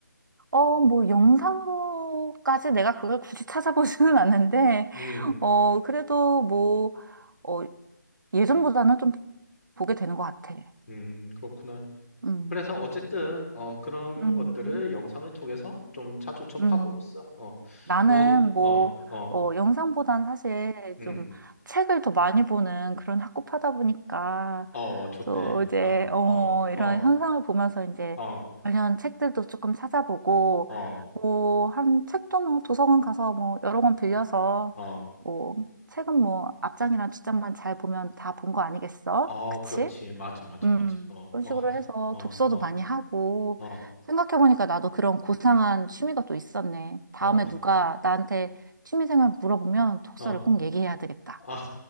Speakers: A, on the right (about 80°); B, on the left (about 50°).
A: 어, 뭐, 영상으로까지 내가 그걸 굳이 찾아보지는 <laughs> 않는데,
B: 음,
A: 어, 그래도 뭐, 어, 예전보다는 좀 보게 되는 것 같아.
B: 음, 그렇구나.
A: 음.
B: 그래서 어쨌든, 어, 그런
A: 음,
B: 것들을 영상을 통해서 좀 자주 접하고
A: 음.
B: 있어. 어,
A: 나는
B: 뭐,
A: 뭐,
B: 어, 어,
A: 어, 영상보단 사실
B: 음,
A: 좀 책을 더 많이 보는 그런 학구파다 보니까
B: 어, 좋대.
A: 또 이제,
B: 어,
A: 어,
B: 어,
A: 이런
B: 어,
A: 현상을 보면서 이제
B: 어,
A: 관련 책들도 조금 찾아보고
B: 어,
A: 뭐, 한 책도 뭐 도서관 가서 뭐 여러 권 빌려서
B: 어,
A: 뭐, 책은 뭐 앞장이랑 뒷장만 잘 보면 다 본 거 아니겠어?
B: 어,
A: 그치?
B: 그렇지. 맞아, 맞아,
A: 음,
B: 맞아. 어,
A: 그런
B: 어,
A: 식으로 해서
B: 어,
A: 독서도
B: 어,
A: 많이 하고,
B: 어,
A: 생각해보니까 나도 그런 고상한 취미가 또 있었네. 다음에
B: 어,
A: 누가 나한테 취미생활 물어보면 독서를
B: 어.
A: 꼭 얘기해야 되겠다.
B: 아,